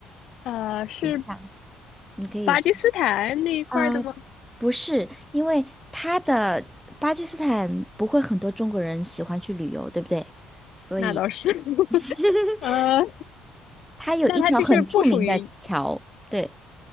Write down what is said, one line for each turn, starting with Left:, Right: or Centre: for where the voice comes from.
Left: 呃，是
Centre: 很像。你可以
Left: 巴基斯坦那一块儿的吗？
Centre: 啊、不是，因为他的巴基斯坦不会很多中国人喜欢去旅游，对不对？所以
Left: 那倒是，<laughs>
Centre: <laughs>
Left: 呃，
Centre: 它有一条很著名的桥，
Left: 那它就是不属于
Centre: 对